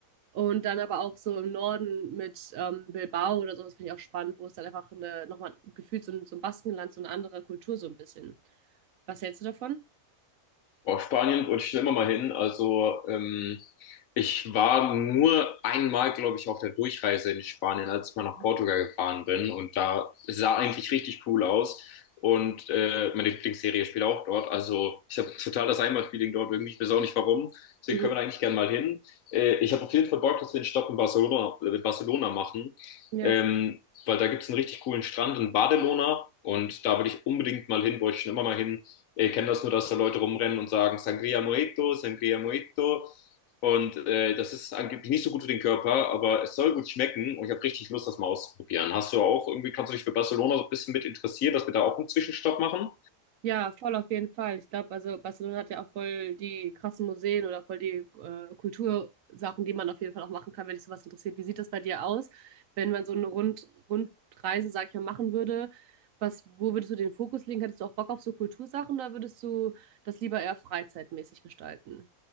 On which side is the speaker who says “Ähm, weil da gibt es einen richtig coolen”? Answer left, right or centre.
Left